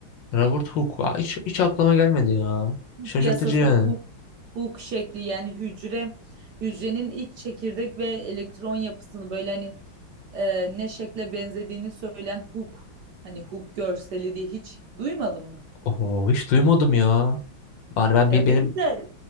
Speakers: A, on the left; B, on the right.
A: Robert Hooke. Aa, hiç, hiç aklıma gelmedi ya.
B: Hooke
A: Şaşırtıcı
B: yasası
A: yani.
B: Hooke, Hooke şekli yani hücre hücrenin ilk çekirdek ve elektron yapısını böyle hani e, ne şekle benzediğini söyleyen huk Hani huk görseli diye hiç duymadın mı?
A: Oho hiç duymadım ya. Yani ben
B: Ya
A: bi- benim
B: benim de